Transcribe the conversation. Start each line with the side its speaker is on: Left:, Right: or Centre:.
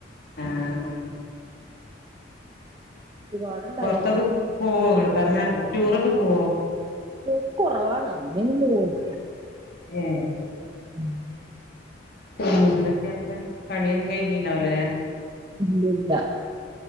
Left: ആ ആ
Right: ഉം ഒരുപാടുണ്ടായിരുന്നു
Left: പുറത്തൊക്കെ പോവൊ നിങ്ങൾ കറങ്ങാൻ ടൂറൊക്കെ പോവൊ
Right: ഒ കൊറവാണ് അങ്ങനെ എങ്ങും പോവൊന്നുമില്ല
Left: ഏ
Right: ഉം
Left: എന്തൊക്കെ വർത്താനം പണിയൊന്നും കഴിഞ്ഞിട്ടുണ്ടാവില്ല അല്ലേ
Right: ഇല്ല ഇല്ല